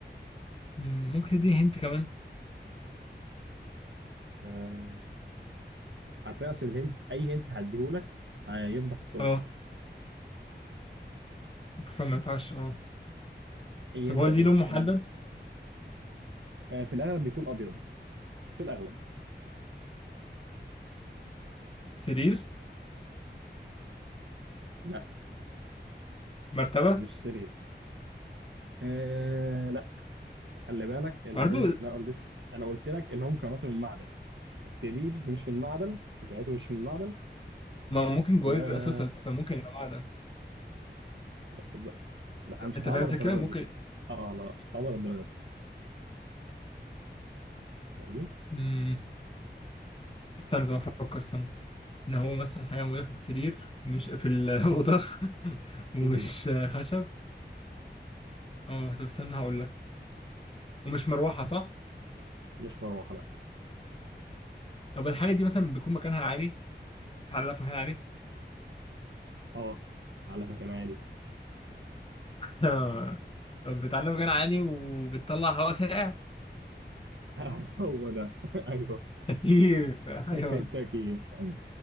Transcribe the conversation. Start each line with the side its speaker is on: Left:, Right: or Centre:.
Left: مم، ممكن تديني هنت كمان
Right: آه، عارفين اصل الهنت اي هنت هديهولك هيفضح السؤال
Left: اه فما ينفعش اه
Right: اي
Left: طب
Right: هنت
Left: هو ليه
Right: هديهولك
Left: لون محدد
Right: إن- آه، في الاغلب بيكون ابيض في الاغلب
Left: سرير
Right: لا
Left: مرتبة
Right: مش سرير آه لا خلي بالك ان
Left: برضه
Right: انا قلت لس- انا قلت لك ان هو مكوناته من معدن السرير مش من معدن مكوناته مش من معدن
Left: ما هو ممكن
Right: و
Left: جواه يبقى سوسد فممكن يبقى معدن
Right: لا تصدق لا مش
Left: انت
Right: هصعبها
Left: فاهم الفكرة
Right: للدرجه
Left: ممكن
Right: دي اه اه لا لا، مش هصعبها للدرجه دي فاهمني
Left: مم. استنى طب افكر استنى ان هو مثلا حاجة موجودة في السرير مش في الأوضة <laughs> ومش
Right: مهم.
Left: خشب اه طب استنى هقول لك ومش مروحة صح؟
Right: مش مروحه لا
Left: طب الحاجة دي مثلا بيكون مكانها عالي؟ تعالى في مكان عالي
Right: اه على مكان عالي
Left: آه. طب بتعلم غير عالي وبتطلع هواء ساقع
Right: <laughs> هو ده <laughs> ايوه
Left: تكييف ايوه
Right: التكييف أيوة.